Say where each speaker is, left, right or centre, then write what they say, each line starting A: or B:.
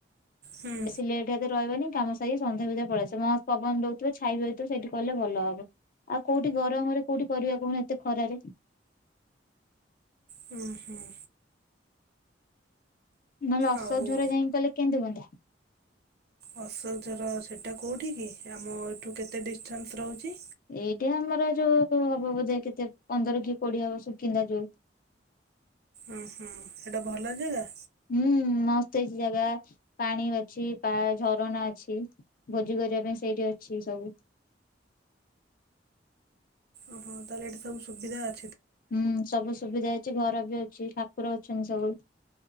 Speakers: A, on the right (about 55°); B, on the left (about 50°).
A: ହୁଁ
B: ବେଶୀ ଲେଟ୍ ହେତ ରହିବନି କାମ ସେଇ ସନ୍ଧ୍ୟାଧେ ପଳେଇ ଆସିବା ମସ୍ତ ପବନ ଦୋଉଥିବ ଛାଇ ରହିଥିବ ସେଠି କଲେ ଭଲ ହବ। ଆଉ କୋଉଠି ଗରମରେ କୋଉଠି କରିବା କହୁନ ଏତେ ଖରାରେ।
A: ହଁ ହୁଁ।
B: ନହେଲେ ଅଶୋକ
A: ଆଉ
B: ଝର ଯାଇକି କଲେ କେମି ହୁଅନ୍ତା?
A: ଅଶୋକ ଝର ସେଟା କୋଉଠି କି ଆମ ଏଇଠୁ କେତେ ଡିଷ୍ଟାନ୍ସ ରହୁଛି?
B: ଏଇଟା ଆମର ଯୋଉ ହବ ବୋଧେ କେତେ ପନ୍ଦର କି କୋଡିଏ ହବ ସୁୁକିନ୍ଦା ଯୋଉ।
A: ଉ ହୁ ସେଇଟା ଭଲ ଜେଗା?
B: ହୁଁ ମସ୍ତ ହେଇଛି ଜାଗା ପାଣି ଅଛି ଝରଣା ଅଛି। ଭୋଜି କରିବା ପାଇଁ ସେଇଠି ଅଛି ସବୁ।
A: ଓହଁ ତାହେଲେ ହେଇଠି ସବୁ ସୁବିଧା ଅ
B: ହୁଁ ସବୁ ସୁବିଧା ଅଛି ଘର ବି ଅଛି ଠାକୁର ଅଛନ୍ତି ସବୁ।